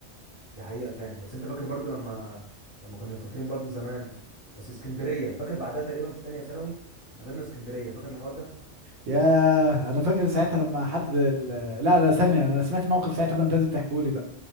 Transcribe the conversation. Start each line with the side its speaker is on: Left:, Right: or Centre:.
Left: دي حقيقة فعلا بس انت فاكر برضو لما لما كنا مسافرين برضو زمان بس اسكندرية فاكر بعدها تقريبا في تانية ثانوي سافرنا اسكندرية فاكر الحوار ده
Right: ياه انا فاكر ساعتها لما حد ال... لا لا ثانيه انا سمعت موقف ساعتها بقى انت لازم تحكوا لي